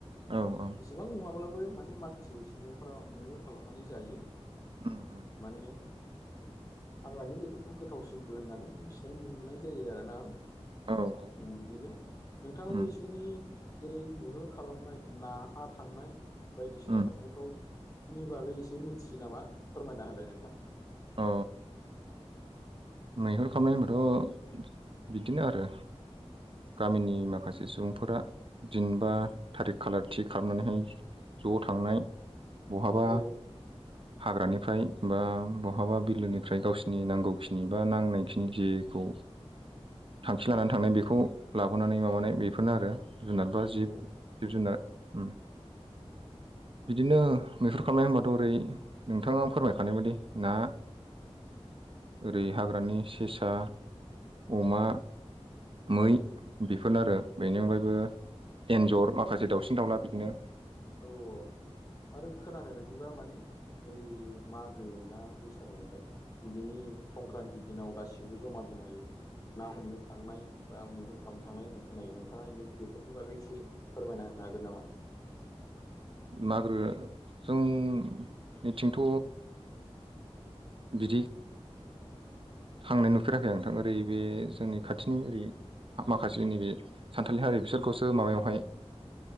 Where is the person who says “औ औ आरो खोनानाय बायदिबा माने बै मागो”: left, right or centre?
Left